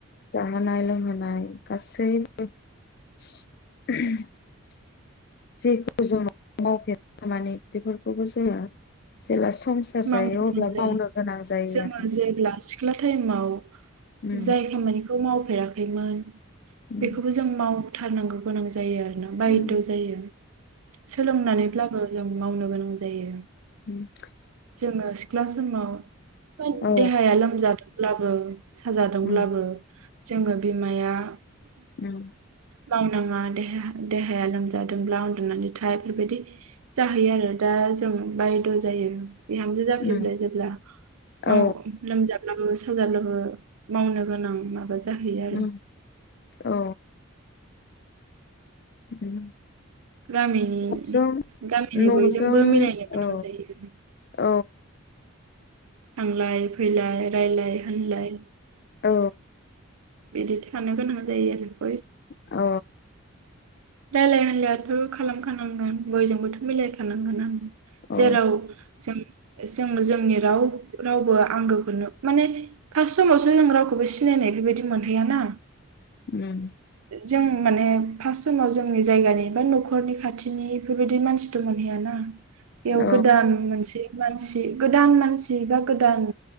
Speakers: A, on the left (about 45°); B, on the right (about 80°).
A: जानाय लोंहोनाय गासैबो <unintelligible> जेखौ जों <unintelligible> मावफेर खामानि बेफोरखौबो जोङो जेला संसार
B: मावनो
A: जायो
B: गोनां
A: अब्ला
B: जायो
A: मावनो गोनां जायो
B: जोङो
A: आरो
B: जेब्ला सिख्ला टाइमाव
A: उम
B: जाय खामानिखौ मावफेराखै। इमोन
A: उम
B: बेखौबो जों माव थारनांगौ गोनां जायो आरो। बायद
A: उम
B: जायो सोलोंनानै ब्लाबो जों मावनो गोनां जायो।
A: <inaudible>
B: जोङो सिख्ला समाव
A: औ
B: देहाया लोमजा। लाबो साजादोंब्लाबो
A: उम
B: जोङो बिमाया
A: उम
B: बांनाङा देह-देहाया लोमजादोंब्ला उन्दुनानै था बेफोरबायदि जाहैयो आरो दा जों बायद जायो। बिहामजो जाफैब्ला
A: उम
B: जेब्ला
A: औ
B: माव-लोमजा। बाबो साजाला मावनो गोनां माबा। जाहैयो आरो
A: उम औ <unintelligible>
B: गामिनि
A: न'जों
B: गामिनि
A: न'जों
B: बयजोंबो मिलायनो गोनां
A: औ
B: जायो।
A: औ
B: थांलाय फैलाय रायलाय होनलाय
A: औ।
B: बिदि थानो गोनां जायो आरो।
A: औ।
B: रायजलाय होनलायाथ' खालामखानांगोन बयजोंबोथ' मिलायखानांगोन आं।
A: औ
B: जेराव जों जों जोंनि राव रावबो आंगोखौनो माने फार्स्ट समावसो जों रावखौबो सिनायनाय बेबायदि मोनहैयाना।
A: उम।
B: जों माने फार्स्ट समाव जोंनि जायगानि बा न'खरनि खाथिनि बेफोरबायदि मानसिथ मोनहैयाना। बेयाव
A: औ
B: गोदान मोनसे। मानसि गोदान मानसि बा गोदान